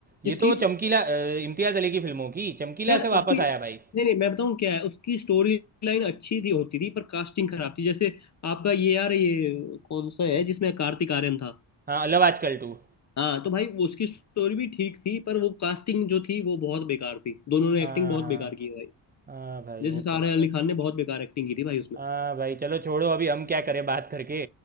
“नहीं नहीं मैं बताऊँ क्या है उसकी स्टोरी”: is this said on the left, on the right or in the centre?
Left